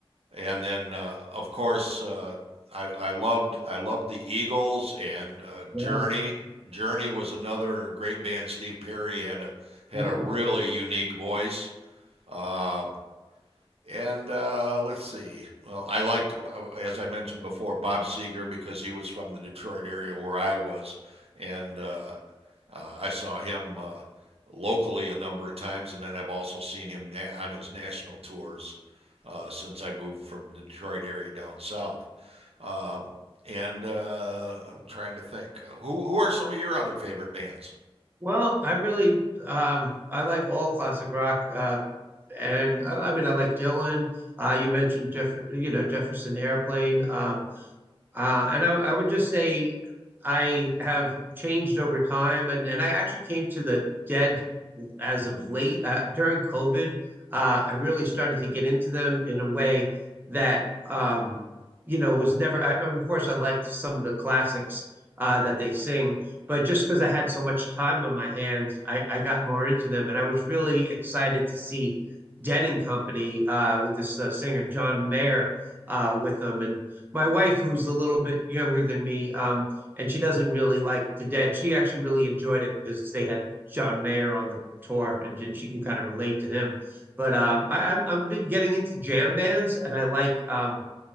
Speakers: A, on the right; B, on the right.
A: and then uh, of course uh, I, I loved I loved the Eagles and uh,
B: Yeah,
A: Journey. Journey was another great band. Steve Perry had a, had
B: yeah.
A: a really unique voice. Uh, and uh, let's see. Well, I liked, uh, as I mentioned before, Bob Seger because he was from the Detroit area where I was, and uh, uh, I saw him uh, locally a number of times, and then I've also seen him na- on his national tours uh, since I moved from the Detroit area down south. Um, and uh, I'm trying to think, who who are some of your other favorite bands?
B: Well, I really um, I like all classic rock, uh, and I, I mean I like Dylan. Uh, you mentioned Jeff, you know, Jefferson Airplane. Um, Uh, and I, I would just say I have changed over time, and and I actually came to the dead as of late uh, during COVID. Uh, I really started to get into them in a way that um, you know was never. I remember, of course, I liked some of the classics uh, that they sing, but just because I had so much time on my hands, I, I got more into them, and I was really excited to see Dead and Company uh, with this uh, singer John Mayer uh, with them, and my wife, who's a little bit younger than me, um, and she doesn't really like the dead. She actually really enjoyed it because they had John Mayer on the tour, and, and she can kind of relate to him. But um, I, I'm I've been getting into jam bands, and I like um,